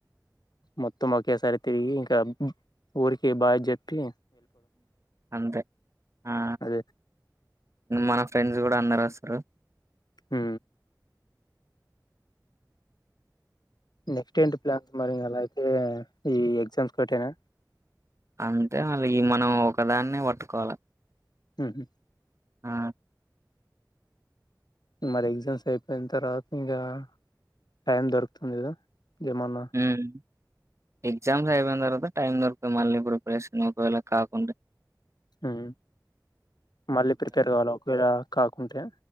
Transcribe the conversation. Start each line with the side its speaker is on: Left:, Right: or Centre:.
Left: మొత్తం ఒకేసారి తిరిగి ఇంకా ఊరికి బాయి జెప్పి
Right: అంతే ఆ
Left: అదే
Right: మన ఫ్రెండ్స్ కూడా అందరు అస్తరు
Left: హు నెక్స్ట్ ఏంటి ప్లాన్స్ మరి అలా అయితే ఈ ఎగ్జామ్స్ కొట్టానా
Right: అంతే మళ్ళ ఇ మనం ఒకదాన్నే వట్టుకోవాల
Left: ఉహు
Right: ఆ
Left: మరి ఎగ్జామ్స్ అయిపోయిన తర్వాత ఇంకా టైం దొరుకుతుంది కదా ఏమన్నా
Right: ఉమ్ ఎగ్జామ్స్ అయిపోయిన తర్వాత టైం దొరుకుతది మళ్ళ ఇప్పుడు ప్రిపేరేషన్ ఒకవేళ కాకుండా
Left: ఉ మళ్ళీ ప్రిపేర్ కావాల ఒకవేళ కాకుంటే